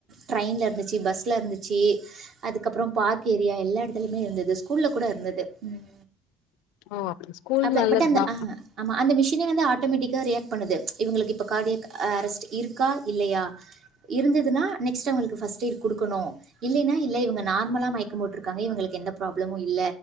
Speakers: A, on the right; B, on the left.
A: ட்ரெயின்ல இருந்துச்சி பஸ்ல இருந்துச்சி அதுக்கப்புற பார்க் ஏரியா எல்லா இடத்துலயுமே இருந்தது ஸ்கூல கூட இருந்தது உம்
B: ஓ அப்படி ஸ்கூல்
A: அப
B: நல்லதுதா
A: பட் அந்த ஆ ஆமா அந்த மிஷினே வந்த ஆட் ஆட்டோமெட்டிகா ரியாக்ட் பண்ணுது இவங்களுக்கு இப்போ கார்டிய அரஸ்ட் இருக்கா இல்லயா இருந்ததுனா நெக்ஸ்ட் அவங்களுக்கு ஃபஸ்டேடு குடுக்கணு இல்லைனா இல்ல இவங்க நார்மலா மயக்க போட்டருக்காங்க இவங்களுக்கு எந்த ப்ராப்ளமும் இல்ல